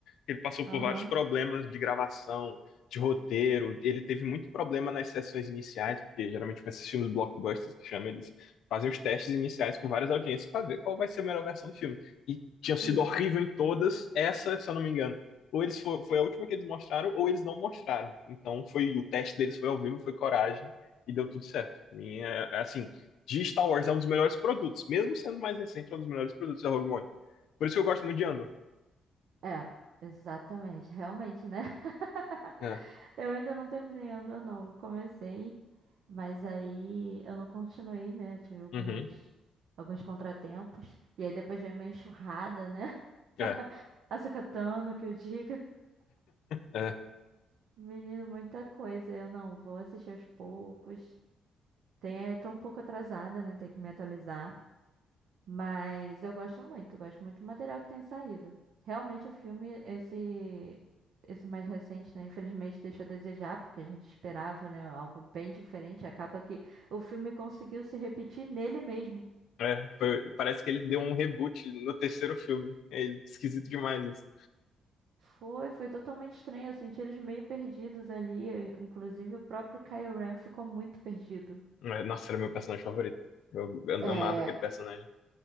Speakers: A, on the left; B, on the right.
A: Ele passou
B: Aham,
A: por vários problemas de gravação, de roteiro. Ele teve muito problema nas sessões iniciais, porque geralmente com esses filmes blockbusters que chamam, eles fazem os testes iniciais com várias audiências para ver qual vai ser a melhor versão do filme. E tinham sido
B: isso.
A: horrível em todas, essa, se eu não me engano. Ou eles fo- foi a última que eles mostraram, ou eles não mostraram. Então foi o teste deles foi ao vivo, foi coragem e deu tudo certo. Minha, é é assim, de Star Wars é um dos melhores produtos, mesmo sendo mais recente, é um dos melhores produtos da Rogue One. Por isso que eu gosto muito de Andor.
B: É, exatamente, realmente, né? <laughs>
A: É.
B: Eu ainda não terminei Andor, não. Comecei, mas aí eu não continuei, né? Eu tive algumas,
A: Uhum.
B: alguns contratempos. E aí depois veio uma enxurrada, né? <laughs>
A: É.
B: Açucatano, que eu diga.
A: É,
B: Menino, muita coisa. Eu não vou assistir aos poucos. Tem, é tão um pouco atrasada, né? Tem que me atualizar. Mas eu gosto muito, gosto muito do material que tem saído. Realmente o filme, esse, esse mais recente, né? Infelizmente deixou a desejar, porque a gente esperava, né? Algo bem diferente. Acaba que o filme conseguiu se repetir nele mesmo.
A: é, foi- parece que ele deu um reboot no terceiro filme. É esquisito demais isso.
B: Foi, foi totalmente estranho. Eu senti eles meio perdidos ali. eh, Inclusive o próprio Kylo Ren ficou muito perdido.
A: É, nossa, era meu personagem favorito. Eu, eu
B: É,
A: amava aquele personagem.